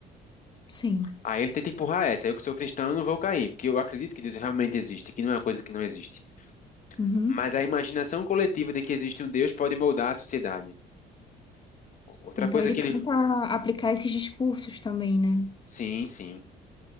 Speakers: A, on the left; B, on the left.
A: Sim.
B: Aí ele tenta empurrar essa. Eu que sou cristão, eu não vou cair, porque eu acredito que Deus realmente existe, que não é uma coisa que não existe.
A: Uhum.
B: Mas a imaginação coletiva de que existe um Deus pode moldar a sociedade. Outra
A: Então
B: coisa
A: ele
B: que
A: tenta
B: ele.
A: aplicar esses discursos também, né?
B: Sim, sim.